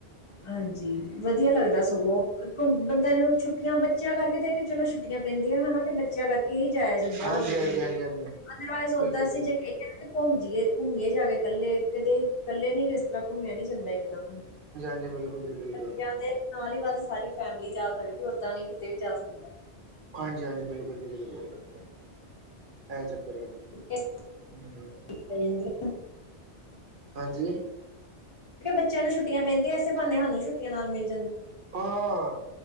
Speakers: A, on the left; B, on the right.
A: ਹਾਂਜੀ ਵਧੀਆ ਲੱਗਦਾ ਸਗੋਂ। ਬੰਦੇ ਨੂੰ ਛੁੱਟੀਆਂ ਬੱਚਿਆਂ ਕਰਕੇ ਦੇ ਕੇ ਚਲੋ ਛੁੱਟੀਆਂ ਪੈਂਦੀਆਂ ਹੈ ਨਾ। ਬੱਚਿਆਂ ਕਰਕੇ ਹੀ ਜਾਇਆ ਜਾਂਦਾ
B: ਹਾਂਜੀ
A: ਵਾ ਕਿਤੇ
B: ਹਾਂਜੀ
A: ਅਦਰਵਾਈਜ਼
B: ਹਾਂਜੀ ਹਾਂਜੀ ਬਿਲਕੁਲ
A: ਓਦਾਂ ਅਸੀਂ
B: ਜੀ
A: ਜੇ ਕਹੀਏ ਨਾ। ਘੁੰਮ ਜਈਏ ਘੁੰਮੀਏ ਜਾ ਕੇ ਕੱਲੇ ਕਦੇ ਕੱਲੇ ਨੀ ਇਸ ਤਰ੍ਹਾਂ ਘੁੰਮਿਆ ਨੀ ਜਾਂਦਾ ਇਕਦਮ ਹੀ।
B: ਜੀ ਬਿਲਕੁਲ ਜੀ ਬਿਲਕੁਲ।
A: ਬੱਚਿਆਂ ਦੇ ਨਾਲ ਹੀ ਬਸ ਸਾਰੀ ਫੈਮਲੀ ਜਾ ਸਕਦੀ ਓਦਾਂ ਨ ਕਿਤੇ ਵੀ ਜਾ ਸਕਦਾ
B: ਹਾਂਜੀ ਹਾਂਜੀ ਬਿਲਕੁਲ ਜੀ ਬਿਲਕੁੱਲ। ਇਹ ਚੱਕਰ ਹੈਗਾ
A: ਇਸ ਪੈ ਜਾਂਦੀਆਂ ਮੈਂ
B: ਹਾਂਜੀ।
A: ਬੱਚਿਆਂ ਨੂੰ ਛੱਟੀਆਂ ਪੈਂਦੀਆਂ ਇਸ ਬਾਨੇ ਸਾਨ ਛੁੱਟੀਆਂ ਨਾਲ ਮਿਲਦੀ।
B: ਹਾਂ,